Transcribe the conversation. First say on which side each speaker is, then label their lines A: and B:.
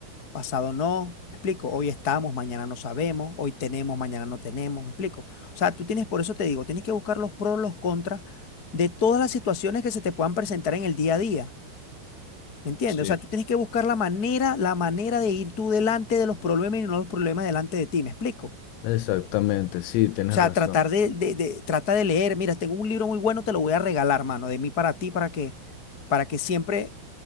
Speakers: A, on the left; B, on the left.
A: pasado no. ¿Me explico? Hoy estamos, mañana no sabemos, hoy tenemos, mañana no tenemos. ¿Me explico? O sea, tú tienes, por eso te digo, tienes que buscar los pros, los contras de todas las situaciones que se te puedan presentar en el día a día. ¿Me entiendes?
B: Sí,
A: O sea, tú tienes que buscar la manera, la manera de ir tú delante de los problemas y no los problemas delante de ti. ¿Me explico?
B: exactamente, sí, tienes
A: O sea,
B: razón.
A: tratar de, de, de- trata de leer. Mira, tengo un libro muy bueno, te lo voy a regalar, mano, de mí para ti, para que, para que siempre